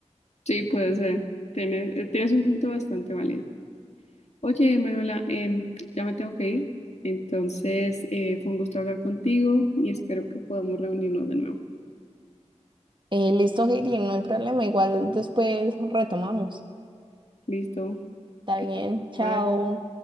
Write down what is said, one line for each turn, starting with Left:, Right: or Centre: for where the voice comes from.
Left: Sí, puede ser. Tienes, eh, tienes un punto bastante válido. Oye, Manuela, em, ya me tengo que ir. Entonces, eh, fue un gusto hablar contigo y espero que podamos reunirnos de nuevo.
Right: Eh, listo, Heidi, no hay problema, igual después retomamos.
Left: Listo.
Right: Está
Left: Que-
Right: bien, chao.
Left: Bye.